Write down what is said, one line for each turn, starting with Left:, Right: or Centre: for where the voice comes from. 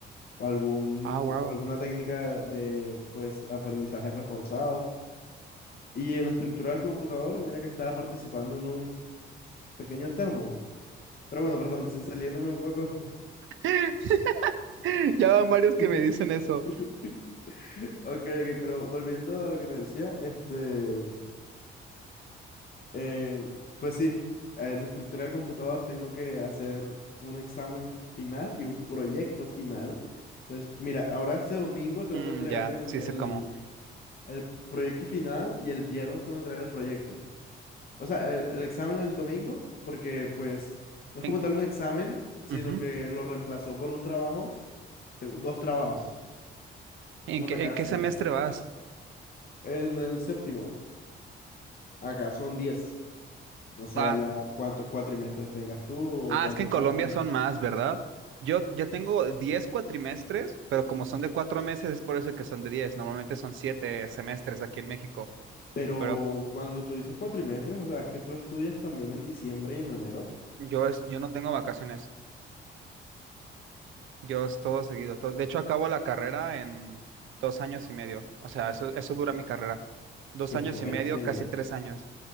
Left: o, algún,
Right: ah, wow.
Left: o alguna técnica de, pues, aprendizaje reforzado. Y en estructura del computador, mira que estaba participando en un pequeño termo Pero bueno, perdón, sí, saliéndome un poco.
Right: <laughs> Ya van varios que
Left: <laughs>
Right: me dicen eso.
Left: Ok, ok, pero volviendo a lo que te decía, este... Eh, pues sí, en estructura del computador tengo que hacer un examen final y un proyecto final. Entonces, mira, ahora este domingo tengo
Right: Mm,
Left: que entregar
Right: ya,
Left: el,
Right: sí
Left: el,
Right: sé cómo.
Left: el proyecto final y el viernes tengo que entregar el proyecto. O sea, el, el examen el domingo, porque pues no es
Right: ¿En,
Left: como tal un examen, sino
Right: ujú.
Left: que lo reemplazó por un trabajo. Tengo dos trabajos,
Right: ¿En
Left: uno
Right: qué,
Left: para cada
Right: en qué
Left: semana.
Right: semestre vas?
Left: En el séptimo, acá son diez No sé
Right: Ah,
Left: allá cuántos cuatrimestres tengas tú o
Right: Ah,
Left: cuántos
Right: es que en Colombia
Left: años.
Right: son más, ¿verdad? Yo ya tengo 10 cuatrimestres, pero como son de cuatro meses, es por eso que son de 10. Normalmente son siete semestres aquí en México,
Left: Pero
Right: pero
Left: cuando tú dices cuatrimestres, o sea, es que tú estudias también en diciembre y en enero.
Right: yo, es, yo no tengo vacaciones. Yo es todo seguido. todo- de hecho, acabo la carrera en dos años y medio. O sea, eso, eso dura mi carrera. Dos
Left: Qué
Right: años
Left: fuerte.
Right: y medio, casi tres años.